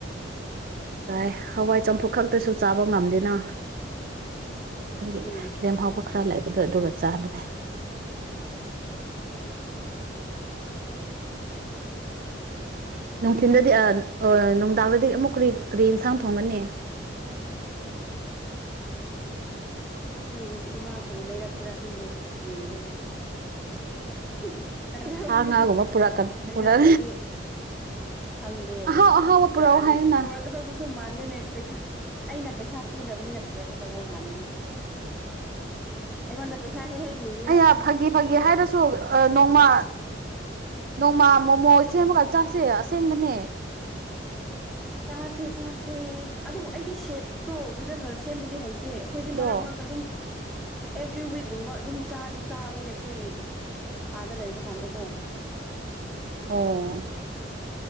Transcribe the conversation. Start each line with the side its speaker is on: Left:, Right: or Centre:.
Right: ꯇꯥꯏ ꯍꯋꯥꯏ ꯆꯝꯐꯨꯠ ꯈꯛꯇꯁꯨ ꯆꯥꯕ ꯉꯝꯗꯦꯅ ꯑꯗꯨꯒꯤ
Centre: ꯎꯝ
Right: ꯂꯦꯝꯍꯥꯎꯕ ꯈ꯭ꯔ ꯂꯩꯕꯗꯣ ꯑꯗꯨꯒ ꯆꯥꯕꯅꯦ ꯅꯨꯡꯊꯤꯟꯗꯗꯤ ꯑ ꯑꯣꯏ ꯅꯨꯡꯗꯥꯡꯗꯗꯤ ꯑꯃꯨꯛ ꯀ꯭ꯔꯤ ꯀ꯭ꯔꯤ ꯏꯟꯁꯥꯡ ꯊꯣꯡꯒꯅꯤ
Centre: ꯈꯪꯗꯦ ꯏꯃꯥ ꯀ꯭ꯔꯤ ꯂꯩꯔꯛꯀꯦꯔꯥ ꯈꯪꯗꯦ ꯌꯦꯡꯒꯦ ꯍꯤꯍꯤ <unintelligible>
Right: ꯁꯥ ꯉꯥꯒꯨꯝꯕ ꯄꯨꯔꯛꯀ
Centre: ꯂꯩꯔꯛꯇ꯭ꯔꯗꯤ
Right: ꯄꯨꯔꯛ
Centre: ꯈꯪꯗꯦ
Right: ꯑꯍꯥꯎ ꯑꯍꯥꯎꯕ
Centre: ꯄꯨꯔꯛꯑꯗꯤ
Right: ꯄꯨꯔꯛꯑꯣ ꯍꯥꯏꯌꯨꯅ
Centre: ꯄꯨꯔꯛ ꯀꯗꯧꯕꯁꯨ ꯃꯥꯟꯗꯦꯅꯦ ꯄꯩꯁꯥ ꯑꯩꯅ ꯄꯩꯁꯥ ꯄꯤꯗꯕꯅꯤꯅ ꯄꯨꯔꯛꯀꯗꯧꯕ ꯃꯥꯟꯗꯦ ꯑꯩꯉꯣꯟꯗ ꯄꯩꯁꯥ ꯍꯦꯛ ꯍꯦꯛ ꯅꯤꯕ
Right: ꯑꯩꯌꯥ ꯐꯥꯒꯤ ꯐꯥꯒꯤ ꯍꯥꯏꯔꯁꯨ ꯅꯣꯡꯃ ꯅꯣꯡꯃꯥ ꯃꯣꯃꯣ ꯁꯦꯝꯃꯒ ꯆꯥꯁꯦ ꯑꯁꯦꯡꯕꯅꯦ
Centre: ꯆꯥꯁꯦ ꯆꯥꯁꯦ ꯑꯗꯨꯕꯨ ꯑꯩꯗꯤ ꯁꯦꯞꯇꯨ ꯐꯖꯅ ꯁꯦꯝꯕꯗꯤ ꯍꯩ ꯇꯦ ꯑꯩꯈꯣꯏꯗꯤ
Right: ꯗ꯭ꯔꯣ
Centre: ꯃꯔꯛ ꯃꯔꯛꯇ ꯑꯗꯨꯝ ꯑꯦꯕ꯭ꯔꯤ ꯋꯤꯛꯒꯨꯝꯕ ꯑꯗꯨꯝ ꯆꯥꯗꯤ ꯆꯥꯕꯅꯦ ꯑꯩꯈꯣꯏ ꯑꯥꯗ ꯂꯩꯕ ꯀꯥꯟꯗꯀꯣ
Right: ꯑꯣ